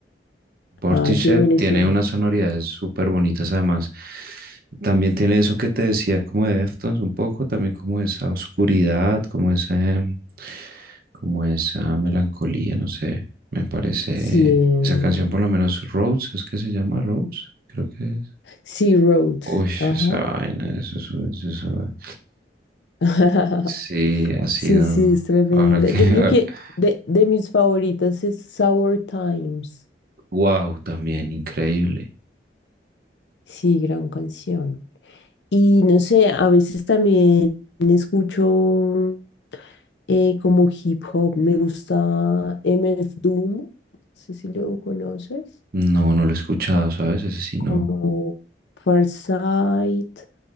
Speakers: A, on the right; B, on the left.
A: Portishead
B: Ah, qué bueno
A: tiene
B: ese.
A: unas sonoridades súper bonitas además. También tiene eso que te decía como de Deftones un poco, también como esa oscuridad, como ese, como esa melancolía, no sé, me parece
B: Sí, eh,
A: esa canción por lo menos Rose, es que se llama Rose, creo que es.
B: Sea Road.
A: Uy,
B: Ajá.
A: esa vaina, eso, es un- eso, es un-
B: <laughs>
A: sí, ha sido,
B: Sí, sí, es tremenda.
A: ahora que,
B: Yo
A: <laughs>
B: creo que de, de mis favoritas es Sour Times.
A: wow, también increíble.
B: Sí, gran canción. Y no sé, a veces también escucho. eh, como hip hop. Me gusta MF Doom, no sé si lo conoces,
A: No, no lo he escuchado, ¿sabes? Ese sí
B: como
A: no.
B: Farsight,